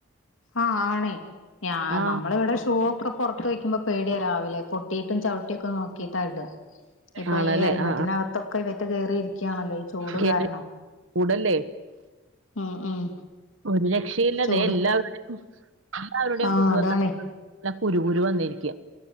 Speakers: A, on the left; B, on the right.
A: ആഹ് ആണേ ഞ
B: ആ
A: നമ്മള ഇവിടെ ഷൂ ഒക്കെ പുറത്ത് വെക്കുമ്പോ പേടിയ രാവിലെ കിട്ടിയിട്ടും ചവിട്ടിയൊക്കെ നോക്കിട്ടാ ഇടുക ഇപ്പൊ
B: ആണല്ലേ
A: ഈ ഹെൽമെറ്റിനകത്തൊക്കെ
B: ആ ആ.
A: ഇവറ്റ കേറിയിരി ക്കെയാണല്ലോ ഈ ചൂട്
B: കേറി
A: കാരണം
B: കൂടല്ലേ
A: ഉം ഉം
B: ഒരു രക്ഷയില്ല
A: ചൂട്
B: തേ എല്ലാവരുടെയും
A: ആഹ്
B: മുതുവത്തും
A: അതാണേ
B: ആ കുരു കുരു വന്നിരിക്കാ